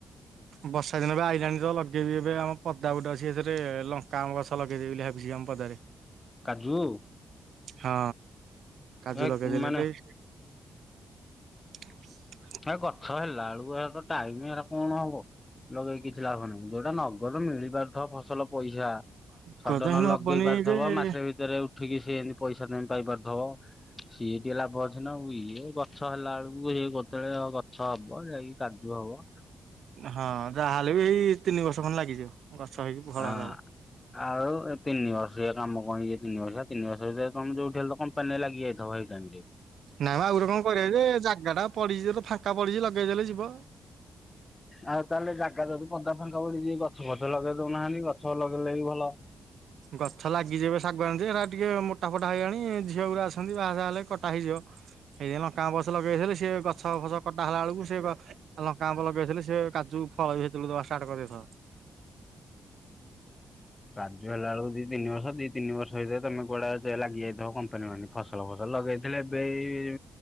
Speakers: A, on the right; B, on the left.
A: ବର୍ଷା ଦିନ ବି ଆଇଲାଣିତ ଲଗେଇବି ଏବେ ଆମ ପଦା ଗୁଟେ ଅଛି ଏଥିରେ ଲଙ୍କା, ଆମ୍ଭ ଗଛ ଲଗେଇଦେବି ବୋଲି ଭାବୁଛି ଆମ ପଦାରେ। <inaudible>
B: କାଜୁ?
A: ହଁ କାଜୁ
B: ହେ
A: ଲଗେଇଦେଲେ
B: ମାନେ
A: ଏବେ ହ <unintelligible>
B: ଏ ଗଛ ହେଲା ବେଳୁ ହେଲା ତ ଟାଇମ ହେଲା କଣ ହବ। ଲଗେଇକ କିଛି ଲାଭ ନାହିଁ। ଯୋଉଟା ନଗତ ମିଳିପାରୁଥିବ ଫସଲ ପଇସା ସଡ଼ନ
A: ନଗଦ ହେନୁ
B: ଲଗେଇ
A: ହବନି
B: ପାରିଥିବ।
A: ଯେ
B: ମାସେ ଭିତରେ ଉଠିକି ସିଏମିତି ପଇସା ତମେ ପାଇ ପାରୁଥିବ। ସିଏ ଟିକେ ଲାଭ ଅଛି ନା ଆଉ ଇଏ ଗଛ ହେଲା ବେଳକୁ ଇଏ କେତେବେଳେ ଗଛ ହବ ଯାଇକି କାଜୁ ହବ।
A: ହଁ ଯାହାହେଲେ ବି ଏଇ ତିନି ବର୍ଷ ଖଣ୍ଡେ ଲାଗିଯିବ। ଗଛ ହେଇକି ଭଲ
B: ଆ
A: ହେଲାକୁ।
B: ଆଉ ତିନି ବର୍ଷଆ କାମ କଣ ତିନି ବର୍ଷଆ ତିନି ବର୍ଷ ତ ଯୋଉଠି ହେଲେତ କ ମ୍ପାନିରେ ଲାଗିଯାଇଥିବ ଏଇ ଟାଇମରେ।
A: ନାଁମ ଆଉ ଗୋଟେ କଣ କରିବା ଯେ ଜାଗା ଟା ପଡିଛି ଫାଙ୍କା ପଡିଛି ଲଗେଇଦେଲେ ଯିବ।
B: ଆଉ ତାହେଲେ ଜାଗା ଯଦି ପଦା ଫାଙ୍କା ପଡି ଯଦି ଗଛ ଫଛ ଲଗେଇ ଦଉନାହାନ୍ତି ଗଛ ଲଗେଇଲେ ବି ଭଲ।
A: ଗଛ ଲାଗିଯିବ ଶାଗୁଆଣି ଏଟା ଟିକେ ମୋଟା ଫୋଟା ହେଇଗଣି ଝିଅ ଗୁରା ଅଛନ୍ତି ବାହାସାହା ହେଲେ କଟା ହେଇଯିବ। ସେଇଦିନ କାଁ ବସ ଲଗେଇଥିଲେ ସି ଗଛ ଫସ କଟା ହେଲା ବେଳକୁ ସେ ଲଙ୍କା ଆମ୍ବ ଲଗେଇଥିଲେ ସେ କାଜୁ ଫଳ ବି ସେତେବେଳକୁ ଦବା ଷ୍ଟାର୍ଟ କରିଦେଇଥିବ।
B: କାଜୁ ହେଲାବେଳକୁ ଦି ତିନି ବର୍ଷ ଦି ତିନି ବର୍ଷଇଥାଏ ତମ କଳା ଲାଗିଯାଇଥିବ କମ୍ପାନୀ ମାନେ। ଫସଲ ଫସଲ ଲଗେଇଥିଲେ ଏବେ ଏଇ